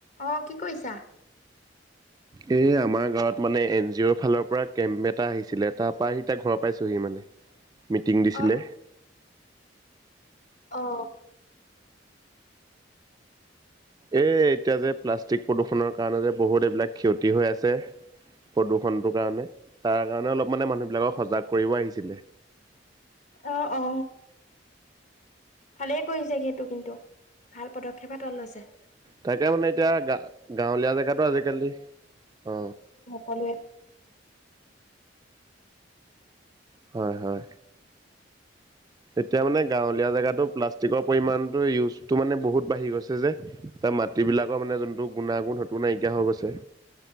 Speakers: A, on the left; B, on the right.
A: অ কি কৰিছা?
B: এ আমাৰ গাঁৱত মানে এন জি অ'ৰ ফালৰ পৰা কেম্প এটা আহিছিলে তাৰ পৰা আহি এতিয়া ঘৰৰ পাইছোহি মানে। মিটিং দিছিলে
A: অ অ
B: এই এতিয়া যে প্লাষ্টিক, প্ৰদূষণৰ কাৰণে যে বহুত এইবিলাক ক্ষতি হৈ আছে। প্ৰদূষণটোৰ কাৰণে তাৰ কাৰণে অলপ মানে মানুহ বিলাকক সজাগ কৰিব আহিছিলে।
A: অ অ ভালেই কৰিছে সেইটো কিন্তু ভাল পদক্ষেপ হাতত লৈছে।
B: তাকে মানে এতিয়া গা গাঁৱলীয়া, জেগাতো আজিকালি অ
A: কলোৱে <unintelligible>
B: হয় হয়। এতিয়া মানে গাঁৱলীয়া জেগাতো প্লাষ্টিকৰ, পৰিমাণটো ইউজটো মানে বহুত বাঢ়ি গৈছে যে তাৰ মাটিৰ বিলাকৰ মানে যোনটো গুণাগুণ সেইটো নাইকিয়া হৈ গৈছে।